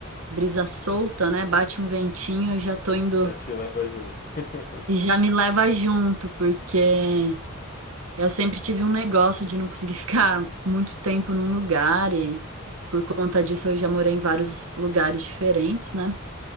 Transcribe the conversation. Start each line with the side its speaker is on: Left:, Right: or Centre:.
Right: brisa solta, né? Bate um ventinho, eu já tô indo,
Left: já te leva junto. <laughs>
Right: já me leva junto, porque eu sempre tive um negócio de não conseguir <laughs> ficar muito tempo num lugar e por conta disso eu já morei em vários lugares diferentes, né?